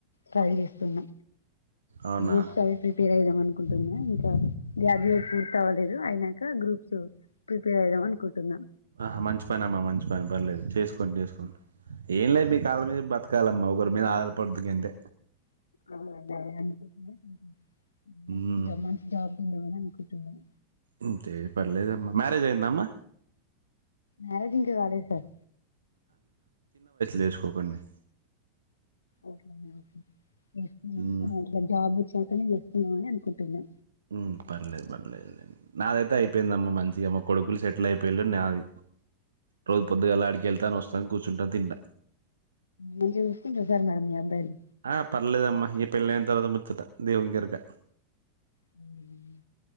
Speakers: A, on the left; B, on the right.
A: ట్రై చేస్తున్నా.
B: అవునా
A: గ్రూప్ అవి ప్రిపేర్ అయిదాం. అనుకుంటున్నా ఇంకా వ్యా <unintelligible> పూర్తి అవ్వలేదు అయినాక గ్రూప్స్ ప్రిపేర్ అయిదాం అనుకుంటున్నా.
B: ఆ మంచి పని అమ్మ, మంచి పని పర్లేదు. పని చేసుకోండి ఏం లేదు మీ కాళ్ళ మీద బతకాలమ్మా ఒకరి మీద ఆధారపడదు గంతే
A: <unintelligible>
B: ఉమ్
A: మంచి జాబ్ ఏమని అనుకుంటున్నవ్?
B: అంతే పర్లేదు అమ్మా మ్యారేజ్ అయ్యందా అమ్మా?
A: మ్యారేజ్ ఇంకా కాలేద్ సార్
B: చెసుకోకండి
A: ఒకే అండి ఒకే చేసుకొంగని
B: ఉమ్
A: జాబ్ వచ్చాకే చేసుకుందామని అని అనుకుంటన్నా.
B: మ్ పర్లేదు పర్లేదులె నాదైతే అయిపోయిందమ్మ మంచిగా మొక్ కొడుకులు సెటిల్ అయిపోళ్ళ నాది రోజు పొద్దుగా అలాడికెళ్తాను. వస్త సన్ కూర్చుంట తింట
A: మంచి గా చూసుకుంటారా సార్ మరి మీ అబ్బాయిలు?
B: ఆ పర్లేద అమ్మా ఇ పెళ్లైన తర్వాత ముచ్చట దేవుని కెరక
A: మ్